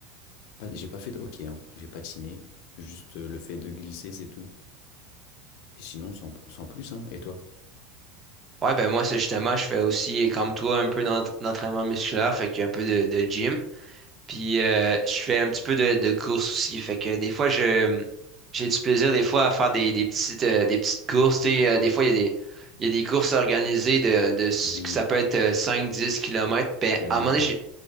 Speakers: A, on the left; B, on the right.
A: Pas- j'ai pas fait de hockey, hein. J'ai patiné. Juste euh, le fait de glisser, c'est tout. Et sinon, sans, sans plus, hein. Et toi?
B: Ouais, ben moi, c'est justement, je fais aussi, comme toi, un peu d'ent- d'entraînement musculaire, fait qu'un peu de, de gym. Puis euh, je fais un petit peu de, de course aussi. Fait que des fois, je j'ai du plaisir des fois à faire des, des petites, euh, des petites courses. tu sais. Euh, des fois, il y a des, il y a des courses organisées de, de ce
A: Ah Oui,
B: que ça peut être euh, cinq dix kilomètres Ben,
A: kilomètres,
B: à un moment donné,
A: ouais.
B: j'ai-